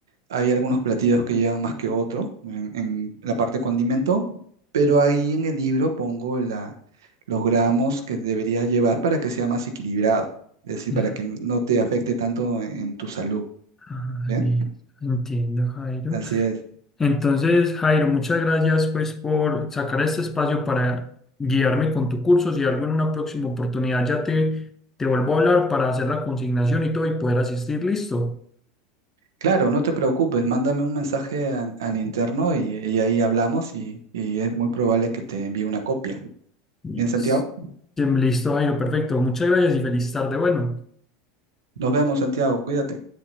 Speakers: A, on the right; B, on the left.
A: hay algunos platillos que llevan más que otro en, en la parte condimento, pero ahí en el libro pongo la, los gramos que debería llevar para que sea más equilibrado, es decir,
B: ya.
A: para que no te afecte tanto en tu salud,
B: Ah,
A: ¿bien?
B: listo. Entiendo, Jairo.
A: Así es.
B: Entonces, Jairo, muchas gracias pues por sacar este espacio para guiarme con tu curso. Si algo en una próxima oportunidad ya te, te vuelvo a hablar para hacer la consignación y todo y poder asistir, listo.
A: Claro, no te preocupes, mándame un mensaje al, al interno y, y ahí hablamos y, y es muy probable que te envíe una copia.
B: Listo,
A: Bien, Santiago,
B: Listo, Jairo, perfecto. Muchas gracias y feliz tarde. Bueno.
A: nos vemos, Santiago, cuídate.